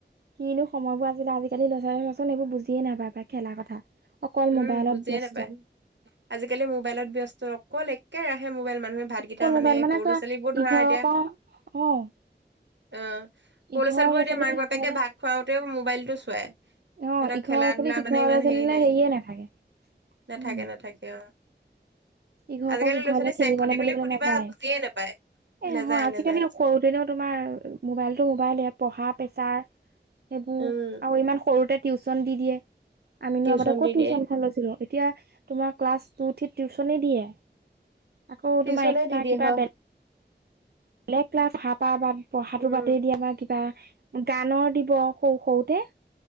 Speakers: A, on the right; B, on the right.
A: কিনো সময়বোৰ আছিলে আজিকালি ল'ৰাছালী চাচোন এইবোৰ বুজিয়ে নাপায় খেলা কথা অকল
B: উম
A: মোবাইলত
B: বুজিয়ে
A: ব্যস্ত
B: নাপায় আজিকালি মোবাইলত ব্যস্ত অকল এক কেৰাহে মোবাইল মানুহে ভাতকেইটা
A: অকল মোবাইল মানে
B: সৰু ল'ৰা
A: তোৱা ইঘৰৰ
B: ছোৱালীবোৰ ধৰা এতিয়া
A: পৰা অ
B: অ সৰু
A: ইঘৰৰ
B: লৰাছোৱালীবোৰ
A: ল'ৰা
B: এতিয়া
A: ছোৱালী
B: মাক
A: সিঘৰলে
B: বাপেকে ভাত খুৱওঁতেও মোবাইলটো চোৱাই
A: অ
B: সিহঁতক
A: ইঘৰৰ
B: খেলা
A: লৰাছোৱালী
B: ধূলা
A: সি
B: মানে
A: ঘৰৰ
B: ইমান
A: লৰাচলিলে
B: হেৰি নাই
A: হেৰিয়ে
B: নাথাকে
A: উম
B: নাথাকে অ
A: ইঘৰৰ
B: আজিকালি
A: পৰা সিঘৰলৈ
B: ল'ৰা ছোৱালী চেক
A: খেলিবলে
B: দি বুলি
A: মেলিবলৈ
B: সুধিবা
A: নাযায়
B: বুজিয়ে
A: এ
B: নাপায় নাযায়
A: নহয় আজিকালি
B: নাযায়
A: সৰু দিনেও তোমাৰ মোবাইলতটো মোবাইল এপ পঢ়া পেছাৰ সেইবোৰ
B: উম
A: আৰু ইমান ততে টিউশন দি দিয়ে আমিনো
B: টিউচন
A: আগতে ক'ত
B: দি
A: টিউচনখন
B: দিয়ে
A: লৈছিলো এতিয়া তোমাৰ ক্লাছ টু থ্ৰিত টিউচনে দিয়ে আকৌ
B: টিউচনে
A: তোমাৰ এক্সট্ৰা
B: দি দিয়ে
A: কিবা
B: হয়
A: বেল বেলেগ ক্লাছ খাপাহাৰ পঢ়াটো
B: উম
A: বদে দিয়া আমাৰ কিবা গানৰ দিব সৰু সৰুতে